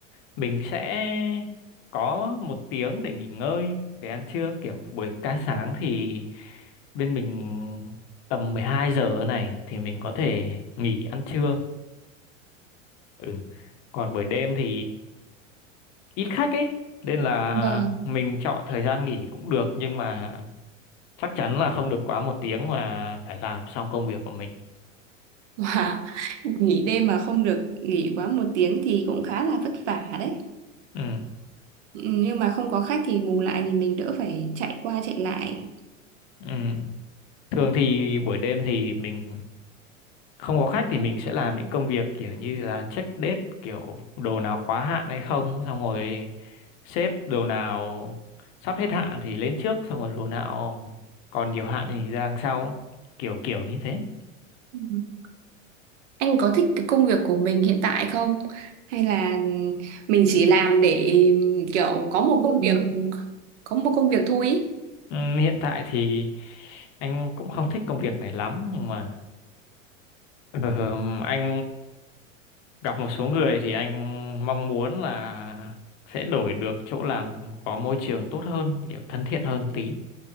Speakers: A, on the left; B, on the right.
A: mình sẽ có một tiếng để nghỉ ngơi để ăn trưa kiểu buổi ca sáng thì bên mình tầm 12 giờ này thì mình có thể nghỉ ăn trưa ừ. Còn buổi đêm thì ít khách ấy nên là
B: Vâng.
A: mình chọn thời gian nghỉ cũng được nhưng mà chắc chắn là không được quá một tiếng mà phải làm xong công việc của mình
B: <laughs> Wow. Nghỉ đêm mà không được nghỉ quá một tiếng thì cũng khá là vất vả đấy.
A: ừ.
B: Ừ, Nhưng mà không có khách thì bù lại thì mình đỡ phải chạy qua chạy lại.
A: Ừ. Thường thì buổi đêm thì mình không có khách thì mình sẽ làm những công việc kiểu như là check date kiểu đồ nào quá hạn hay không, xong rồi xếp đồ nào sắp hết hạn thì lên trước, xong rồi đồ nào còn nhiều hạn thì ra đằng sau, kiểu kiểu như thế.
B: Ừ. Anh có thích cái công việc của mình hiện tại không? Hay là mình chỉ làm để kiểu có một công việc có một công việc thôi ý.
A: Ừm, Hiện tại thì anh cũng không thích công việc này lắm nhưng mà Ờ, anh gặp một số người thì anh mong muốn là sẽ đổi được chỗ làm có môi trường tốt hơn, kiểu thân thiện hơn tí.